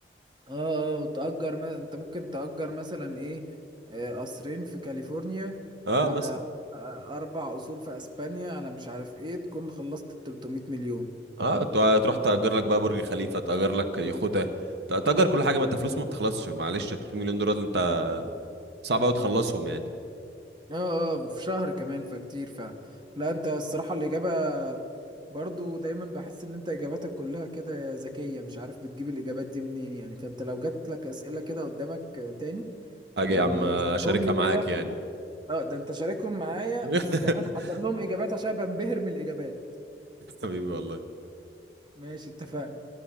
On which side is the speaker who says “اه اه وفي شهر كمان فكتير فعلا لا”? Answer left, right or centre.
Right